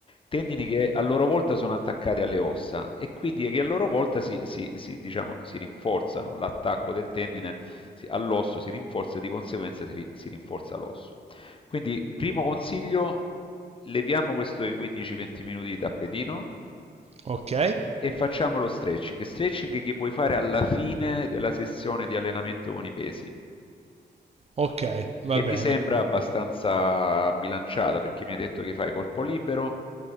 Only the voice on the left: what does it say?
Tendini che a loro volta sono attaccati alle ossa e quindi che a loro volta si, si- si, diciamo, si rinforzano, l'attacco del tendine si- all'osso si rinforza e di conseguenza si, ri- si rinforza l'osso. Quindi, primo consiglio, leviamo questo dei 15-20 minuti di tappetino
e facciamo lo stretching. Stretching che puoi fare alla fine della sessione di allenamento con i pesi
che
mi sembra abbastanza bilanciata perché mi hai detto che fai corpo libero,